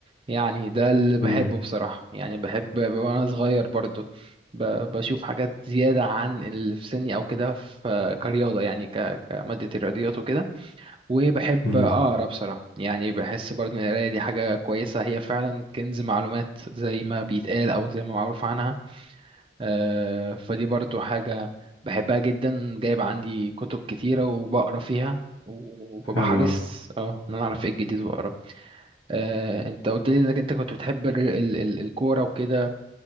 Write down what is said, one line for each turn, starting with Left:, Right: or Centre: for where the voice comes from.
Right: يعني ده اللي بحبه
Left: مم.
Right: بصراحة يعني بحب وانا صغير برضو ب- بشوف حاجات زيادة عن اللي في سني او كده في كرياضة يعني ك- كمادة الرياضيات وكده وبحب
Left: مم.
Right: اقرا بصراحة يعني بحس برضو ان القراية دي حاجة كويسة هي فعلا كنز معلومات زي ما بيتقال او زي ما معروف عنها آه، فدي برضو حاجة بحبها جدا جايب عندي كتب كتيرة وبقرا فيها وببقى
Left: حلو
Right: حريص
Left: أوي
Right: اه ان انا اعرف ايه الجديد واقراه آه، انت قلت لي انك انت كنت بتحب ال ال ال الكورة وكده